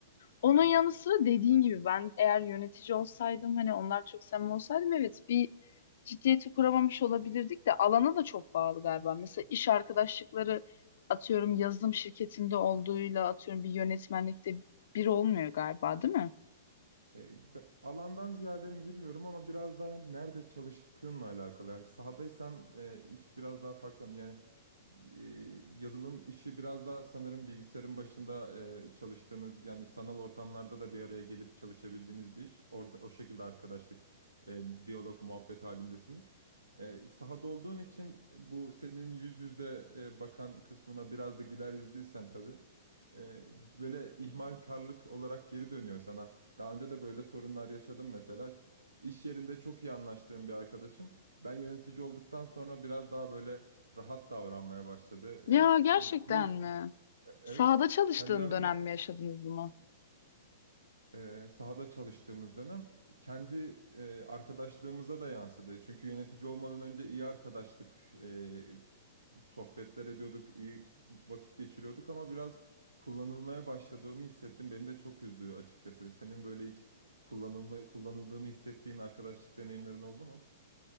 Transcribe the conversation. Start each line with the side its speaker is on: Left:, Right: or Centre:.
Left: Onun
Right: Hı hı.
Left: yanı sıra dediğin gibi ben eğer yönetici olsaydım hani onlar çok samimi olsaydım evet bir ciddiyeti kuramamış olabilirdik de alana da çok bağlı galiba. Mesela iş arkadaşlıkları atıyorum yazılım şirketinde olduğuyla atıyorum bir yönetmenlikte bir olmuyor galiba değil mi?
Right: E, be- alandan ziyade mi bilmiyorum ama biraz daha nerede çalıştığınla alakalı. Yani sahadaysan e, iş biraz daha farklı. Yani e, yazılım işi biraz daha sanırım bilgisayarın başında e, çalıştığınız yani sanal ortamlarda da bir araya gelip çalışabildiğiniz bir iş. Orada o şekilde arkadaşlık, e, diyalog, muhabbet halindesiniz. E, sahada olduğun için bu senin yüz yüze e, bakan kısmına biraz da güler yüzlüysen tabii. e, böyle ihmalkarlık olarak geri dönüyor sana. Daha önce de böyle sorunlar yaşadım mesela. İş yerinde çok iyi anlaştığım bir arkadaşım. Ben yönetici olduktan sonra biraz daha böyle rahat davranmaya başladı.
Left: Ya
Right: E,
Left: gerçekten
Right: bu, bu-
Left: mi?
Right: evet
Left: Sahada çalıştığın
Right: kendi aramız
Left: dönem mi yaşadınız bunu?
Right: e, sahada çalıştığımız dönem kendi e, arkadaşlığımıza da yansıdı. Çünkü yönetici olmadan önce iyi arkadaştık. E, sohbetler ediyorduk, iyi vakit geçiriyorduk ama biraz kullanılmaya başladığımı hissettim. Beni de çok üzdü açıkçası. Senin böyle hiç kullanılma, kullanıldığını hissettiğin arkadaşlık deneyimlerin oldu mu?